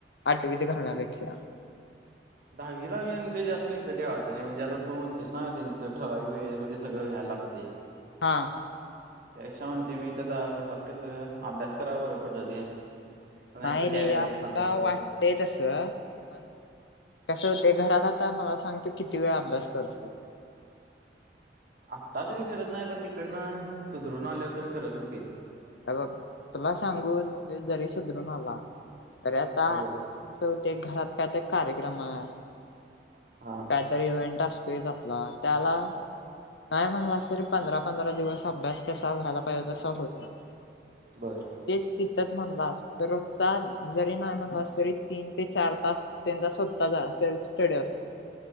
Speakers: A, on the left (about 80°); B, on the right (about 55°).
A: आठवीत घालण्यापेक्षा.
B: दहावीला मी म्हणतोय, जास्त हित ठेवयच रे म्हणजे आता तू म्हणत्यासना ना, त्याचठराव वेळे मध्ये सगळं घ्यायला लागतं. ते,
A: हां,
B: त्या पेक्षा म्हणतोय मी, घरात कस अभ्यास कराय बर पडलं रे. असं
A: नाही
B: की त्या
A: रे,
B: वेळेतच
A: आपल्याला
B: अभ्यास करायचा.
A: वाटतय तस, पण कस होतंय, घरात आता मला सांग तो किती वेळा अभ्यास करतोय.
B: आत्ता तरी करत नाही, पण तिकडनं सुधरून आल्यावर तरी करलचकी.
A: हेबघ तुला सांगू, तो जरी सुधरून आला तरी आता
B: बर
A: कसं होतंय, घरात काय तर कार्यक्रम आहे.
B: हा,
A: काहीतरी इव्हेंट असतेच आपला, त्याला नाही म्हणालास तरी पंधरा, पंधरा दिवस अभ्यास तसा व्हायला पाहिजे तसं होत नाही.
B: बरं,
A: तेच तिथंच म्हणलास, तर रोजचा जरी नाही म्हणलास तरी तीन तीन, ते चार, तास त्यांचा स्वतःचा सेल्फ स्टडी असतो.